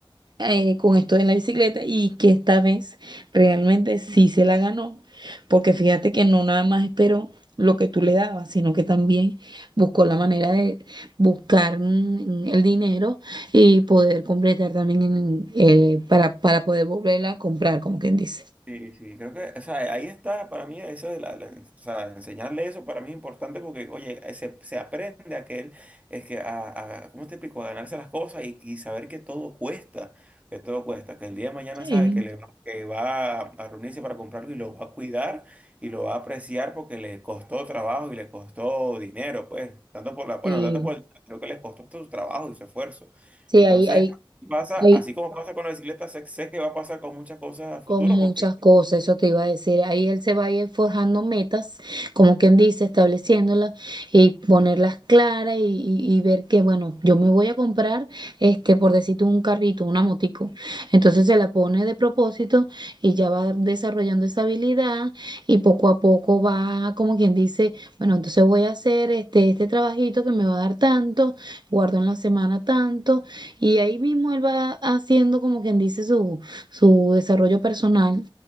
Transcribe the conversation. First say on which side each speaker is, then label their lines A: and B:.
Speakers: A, on the right; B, on the right.
A: eh, con esto de la bicicleta y que esta vez realmente sí se la ganó, porque fíjate que no nada más esperó lo que tú le dabas, sino que también buscó la manera de buscar mm, el dinero y poder completar también en- eh, para, para poder volverla a comprar, como quien dice.
B: Sí, sí, creo que, o sea, ahí está para mí eso de la, la- o sea, enseñarle eso para mí es importante porque, oye, eh, se, se aprende a que él, es que, a, a- ¿cómo te explico? A ganarse las cosas y, y saber que todo cuesta, que todo cuesta, que el día de mañana
A: Sí,
B: sabe que, le va, que va a reunirse para comprarlo y lo va a cuidar y lo va a apreciar porque le costó trabajo y le costó dinero, pues, tanto por la,
A: sí,
B: bueno, tanto por el, creo que le costó su trabajo y su esfuerzo.
A: sí,
B: Entonces,
A: hay, hay,
B: pasa,
A: hay-
B: así como pasa con la bicicleta, sé, sé que va a pasar con muchas cosas a futuro
A: con muchas
B: porque
A: cosas, eso te iba a decir. Ahí él se va a ir forjando metas, como quien dice, estableciéndolas y ponerlas claras y, y- y ver que, bueno, yo me voy a comprar, este, por decirte un carrito, una motico. Entonces se la pone de propósito y ya va desarrollando esa habilidad y poco a poco va, como quien dice, bueno, entonces voy a hacer este, este trabajito que me va a dar tanto, guardo en la semana tanto y ahí mismo él va haciendo, como quien dice, su su desarrollo personal